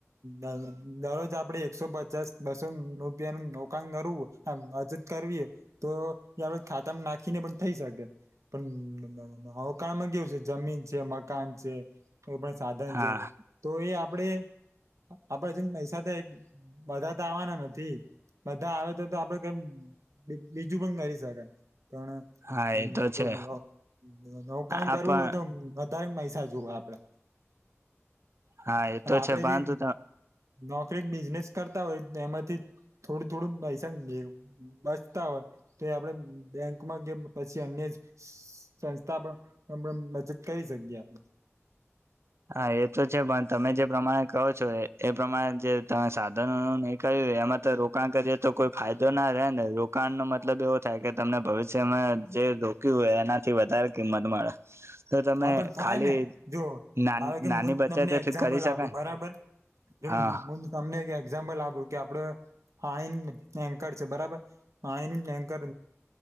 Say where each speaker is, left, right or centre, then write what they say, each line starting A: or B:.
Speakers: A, on the right; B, on the right.
A: દર દરરોજ આપડે એકસો પચાસ, બસો રૂપિયાનું રોકાણ કરવું. બચત કર એ તો જે આપડે ખાતામાં નાખીને પણ થઈ શકે પણ રોકાણ કેવું છે. જમીન છે. મકાન છે. કોઈ પણ સાધન
B: હા
A: છે.
B: હા
A: તો એ આપડે આપડે છેન પૈસા તો એક બધા તો આવાના નથી. આવે તો તો આપડે કેમ બીજું પણ કરી શકાય. પણ
B: હા
A: <unintelligible>
B: એ તો છે
A: રોકાણ
B: આ
A: કરવું
B: પણ
A: હોય તો વધારે પૈસા જોવે આપડા
B: હા એ
A: અને
B: તો
A: આપડે
B: છે પરંતુ
A: જે નોકરી, બિઝનેસ કરતા હોય એમાંથી થોડું-થોડું પૈસા બચતા હોય. તો આપડે બેંકમાં કેમ પછી અન્ય જ સંસ્થા પણ બચત કરી શકીએ આપડે.
B: હા, એ તો છે પણ તમે જે પ્રમાણે કહો છો એ પ્રમાણે જે તમે સાધનો નહી કર્યું એમાં તો રોકાણ કરીએ તો કોઈ ફાયદો ના રહે હેને રોકાણનો મતલબ એવો થાય કે તમને ભવિષ્યમાં જે રોક્યું એનાથી વધારે કિંમત મળે. તો તમે
A: હા, પણ થાયને
B: ખાલી
A: જો
B: નાની
A: હવે
B: નાની
A: હું
B: બચતથી
A: તમને એક્ઝામ્પલ
B: કરી શકાય
A: આપું. બરાબર. હમ,
B: હા
A: હું તમને એક એક્ઝામ્પલ આપું કે આપડ હા ઈન ટેન્કર છે બરાબર. હા ઈન ટેન્કર